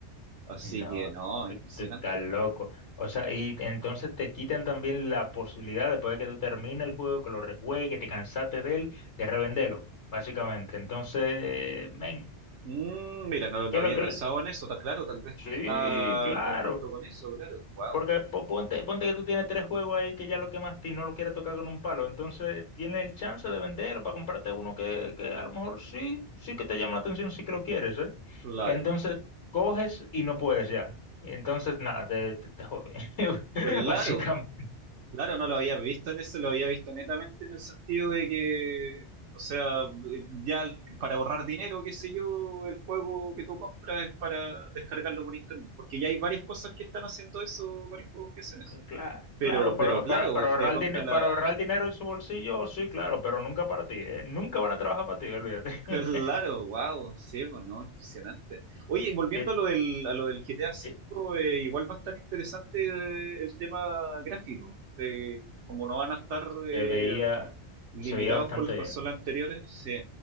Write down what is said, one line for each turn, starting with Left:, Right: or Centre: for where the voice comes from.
Right: Así
Left: No,
Right: que no,
Left: tú
Right: impresionante.
Left: tú estás loco. O sea, y entonces te quitan también la posibilidad, después de que tú termines el juego, que lo rejuegues, que te cansaste de él, de revenderlo, básicamente. Entonces, men,
Right: Mm, mira, no, no
Left: ¿qué es
Right: había
Left: lo que
Right: pensado
Left: le-
Right: en eso, está claro, tal vez
Left: Sí,
Right: está
Left: claro.
Right: en conjunto con eso, claro. Wow,
Left: Porque po- ponte, ponte que tú tienes tres juegos ahí que ya lo quemaste y no lo quieres tocar con un palo. Entonces, tienes el chance de venderlo para comprarte uno que, que a lo mejor sí, sí que te llama la atención, sí que lo quieres, ¿eh?
Right: claro,
Left: Entonces, coges y no puedes ya. Entonces, nada, te, te, te jode. <laughs>
Right: claro.
Left: Básicamente.
Right: Claro, no lo había visto en eso, lo había visto netamente en el sentido de que, o sea, eh, ya el- para ahorrar dinero, qué sé yo, el juego que tú compras es para descargarlo por internet, porque ya hay varias cosas que están haciendo eso, varios juegos que hacen eso.
Left: Claro,
Right: Pero,
Left: claro, para,
Right: pero claro,
Left: para, para
Right: te
Left: ahorrar
Right: compras
Left: dinero,
Right: la...
Left: para
Right: <laughs>
Left: ahorrar dinero en su bolsillo, sí, claro, pero nunca para ti, ¿eh? Nunca van a trabajar para ti, olvídate. <laughs>
Right: Claro, wow, sí, bueno, impresionante. Oye, volviendo
Left: Que
Right: a lo del, a lo del GTA
Left: sí,
Right: V, eh, igual va a estar interesante eh, el tema gráfico, de cómo no van a estar... eh,
Left: se veía,
Right: Limitados
Left: se veía bastante
Right: por las
Left: bien.
Right: consolas anteriores, sí,